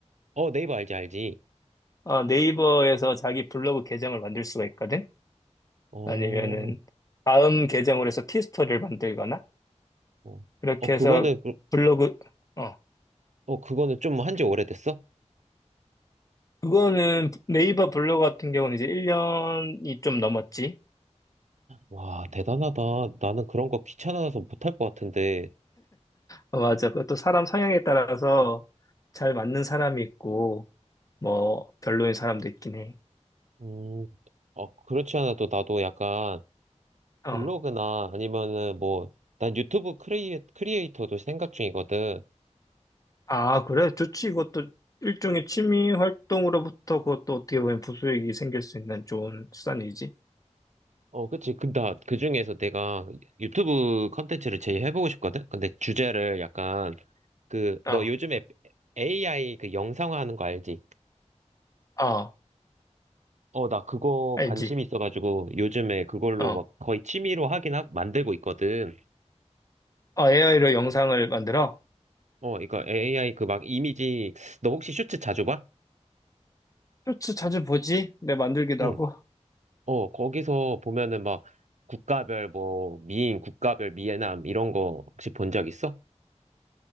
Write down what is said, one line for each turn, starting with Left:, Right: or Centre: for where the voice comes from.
Right: 어, 네이버 알지, 알지.
Left: 어, 네이버에서 자기 블로그 계정을 만들 수가 있거든?
Right: 어,
Left: 아니면은 다음 계정으로 해서 티스토리를 만들거나
Right: 어,
Left: 그렇게
Right: 어, 그거는,
Left: 해서
Right: 그-
Left: 블로그 어
Right: 어, 그거는 좀 한지 오래됐어?
Left: 그거는 네이버 블로그 같은 경우는 이제 1년이 좀 넘었지.
Right: 와, 대단하다. 나는 그런 거 귀찮아서 못할 것 같은데.
Left: 어, 맞아. 그것도 사람 성향에 따라서 잘 맞는 사람이 있고 뭐 별로인 사람도 있긴 해.
Right: 음, 어, 그렇지 않아도 나도 약간
Left: 어.
Right: 블로그나 아니면은 뭐, 난 유튜브 크리에, 크리에이터도 생각 중이거든.
Left: 아, 그래? 좋지. 이것도 일종의 취미 활동으로부터 그것도 어떻게 보면 부수익이 생길 수 있는 좋은 수단이지.
Right: 어, 그치. 그, 나, 그 중에서 내가 유튜브 컨텐츠를 제일 해보고 싶거든? 근데 주제를 약간 그,
Left: 어.
Right: 너 요즘에 AI 그 영상화하는 거 알지?
Left: 어.
Right: 어, 나 그거
Left: 알지.
Right: 관심 있어가지고 요즘에 그걸로
Left: 어.
Right: 막 거의 취미로 하긴 하, 만들고 있거든.
Left: 어, AI로 영상을 만들어?
Right: 어, 이거 AI 그 막 이미지, 너 혹시 슈츠 자주 봐?
Left: 쇼츠 자주 보지? 내 만들기도
Right: 응.
Left: 하고.
Right: 어, 거기서 보면은 막 국가별 뭐 미인, 국가별 미애남 이런 거 혹시 본 적 있어?